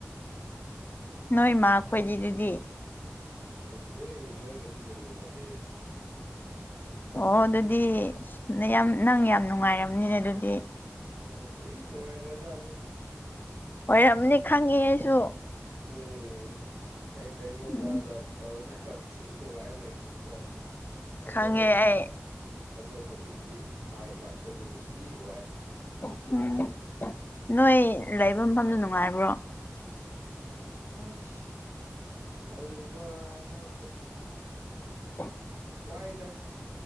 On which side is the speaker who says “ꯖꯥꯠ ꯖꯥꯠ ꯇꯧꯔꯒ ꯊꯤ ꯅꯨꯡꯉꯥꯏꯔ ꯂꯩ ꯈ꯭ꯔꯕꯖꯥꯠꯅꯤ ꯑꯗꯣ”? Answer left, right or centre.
Right